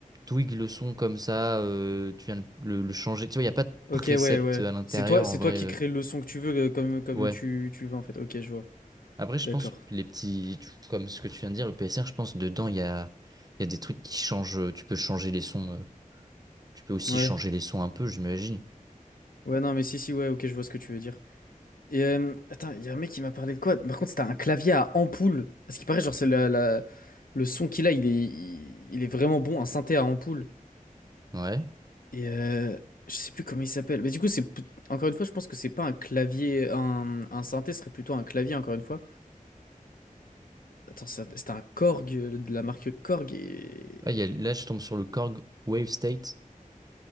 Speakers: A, on the right (about 25°); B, on the left (about 80°).
A: twig le son comme ça, euh, tu viens le, le- le changer. Tu vois, il n'y a pas de
B: Ok,
A: précepte
B: ouais, ouais.
A: à l'intérieur
B: C'est toi, c'est
A: en vrai.
B: toi qui
A: euh,
B: crée le son que tu veux, euh, comme, comme
A: ouais,
B: tu, tu le veux en fait. Ok, je vois.
A: Après, je
B: D'accord.
A: pense que les petits, tu- comme ce que tu viens de dire, le PSR, je pense dedans il y a, il y a des trucs qui changent. euh, Tu peux changer les sons. euh, Tu peux aussi
B: Ouais.
A: changer les sons un peu, j'imagine.
B: Ouais, non, mais si, si, ouais, ok, je vois ce que tu veux dire. Et euh, attends, il y a un mec qui m'a parlé de quoi? Par contre, c'était un clavier à ampoule. Parce qu'il paraît, genre, c'est la- la- le son qu'il a, il est, il, il est vraiment bon, un synthé à ampoule.
A: Ouais.
B: Et euh, je sais plus comment il s'appelle. Mais du coup, c'est p- encore une fois, je pense que c'est pas un clavier. Un, un synthé serait plutôt un clavier, encore une fois. Attends, c'est un- c'était un Korg euh, de la marque Korg et.
A: Ah, il y a- là, je tombe sur le Korg Wave State.